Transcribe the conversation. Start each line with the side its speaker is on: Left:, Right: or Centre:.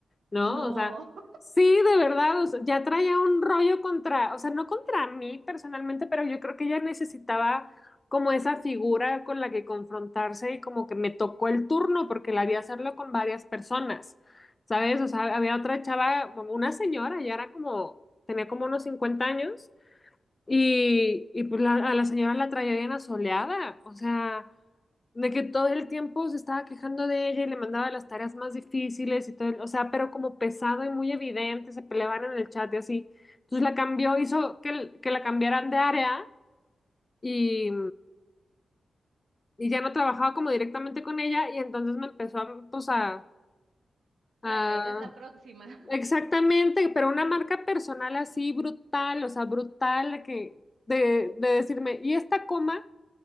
Left: ¿no?
Right: No,
Left: O sea,
Right: <laughs>
Left: sí, de verdad, o sea, ya traía un rollo contra, o sea, no contra mí personalmente, pero yo creo que ella necesitaba como esa figura con la que confrontarse y como que me tocó el turno porque la vi hacerlo con varias personas, ¿sabes? O sea, había otra chava, una señora, ya era como, tenía como unos 50 años y, y pues la- a la señora la traía bien asoleada, o sea, de que todo el tiempo se estaba quejando de ella y le mandaba las tareas más difíciles y todo, el- o sea, pero como pesado y muy evidente, se peleaban en el chat y así. Entonces la cambió, hizo que, l- que la cambiaran de área y, y ya no trabajaba como directamente con ella y entonces me empezó a, pues a, a-
Right: para leer es la próxima.
Left: exactamente, pero una marca personal así brutal, o sea, brutal, de que, de, de decirme, ¿y esta coma?